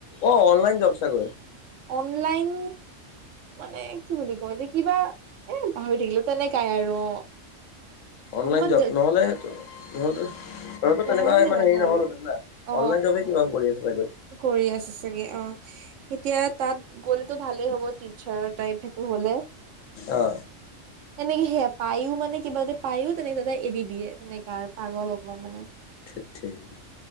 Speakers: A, on the left; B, on the right.
A: অ, অনলাইন ব্যৱচাগৰি
B: অনলাইন মানে কি বুলি ক এতিয়া কিবা এ পাহৰি থাকিলো তেনেকাই আৰু।
A: অনলাইন
B: অকমান
A: জব নহ'লেটো - নহ'লেত তো
B: নহ'লে
A: তেনেকুৱা ইমান
B: নাজানো
A: হেৰি নহলো
B: আৰু অ
A: অনলাইন জব কিবা কৰি আছে চাগৈ
B: কৰি আছ চাগে অ, এতিয়া তাত গ'লেতো ভালেই হ'ব টিচাৰ টাইপ একো হলে।
A: আহ,
B: এনেকে সেয়া পায়ো মানে কিবা এটা পায়ো তেনেকে দাদাই এৰি দিয়ে তেনেককাে আৰু পাগল অকমান মানে।
A: চ্চয় <unintelligible>